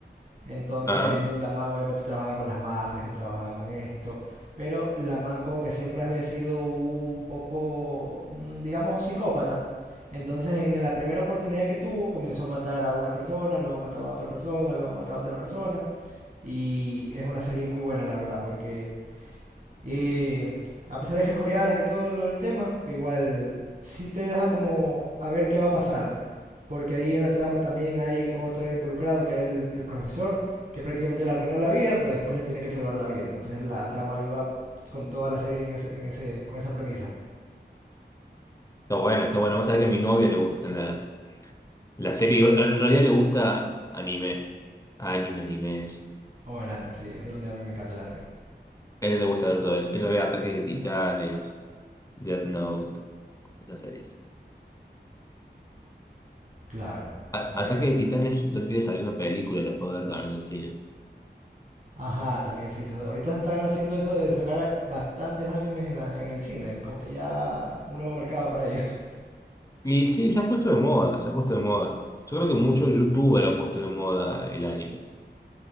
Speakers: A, on the right; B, on the left.
A: Entonces
B: Ah,
A: la man obviamente trabajaba con las mafias, que trabajaba con esto, pero la man como que siempre había sido un poco, mm, digamos, psicópata. Entonces en la primera oportunidad que tuvo comenzó a matar a una persona, luego mataba a otra persona, luego mataba a otra persona. Y es una serie muy buena, la verdad, porque eh, a pesar de que es coreana, que todo lo del tema, pero igual sí te deja como a ver qué va a pasar porque ahí en la trama también hay otro involucrado, que era el, el profesor, que prácticamente le arruinó la vida, pero después le tiene que salvar la vida. Entonces la trama iba con toda la serie en ese, en ese, con esa premisa.
B: está buena, está buena. Vos sabés que a mi novia le gustan las, las series. En realidad le gusta anime. Anime, animes.
A: O el anime, sí, a mí, a mí me encanta el anime.
B: A ella le gusta ver todo eso. Ella ve Ataque de Titanes, Death Note, esas series.
A: Claro,
B: A-
A: a ver.
B: Ataque de Titanes, el otro día salió una película y la fue a ver también en el cine.
A: Ajá, también sí. Ahorita están haciendo eso de sacar bastantes animes en, la, en el cine. Es como que ya un nuevo mercado para ellos. <laughs>
B: Y sí, se ha puesto de moda, se ha puesto de moda. Yo creo que mucho youtuber ha puesto de moda el anime.